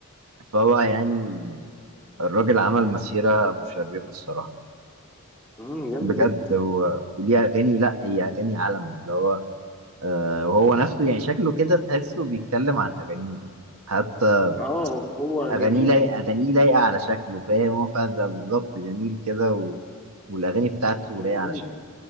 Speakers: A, on the right; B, in the centre.
A: فهو يعني الراجل عمل مسيرة مشرفة الصراحة
B: مم، جامد
A: بجد
B: جدا
A: و... وليه اغاني لا هي اغاني عالم اللي هو آه وهو نفسه يعني شكله كده تحسه بيتكلم عن اغانيه حتى
B: اه هو
A: اغانيه
B: جميل
A: لايقه اغانيه لايقه على شكله فاهم هو فاهم ده بالظبط جميل كده و... والاغاني بتاعته لايقه
B: جميل
A: على شكله